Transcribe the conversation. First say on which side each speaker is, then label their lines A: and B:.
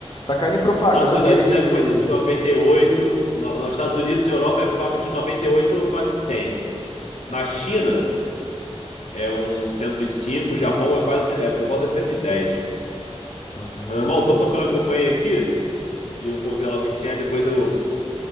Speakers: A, on the left (about 40°); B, on the left (about 85°).
A: tá caindo em propaganda
B: Estados Unidos
A: aí
B: é
A: de...
B: coisa de 98. No- Nos Estados Unidos e Europa é papo de 98 a quase 100. Na China é uns 105. Japão é quase é por volta de 110.
A: Uhum.
B: Meu irmão, estão tocando a campanha aqui e eu vou ver lá o que que é. Depois eu,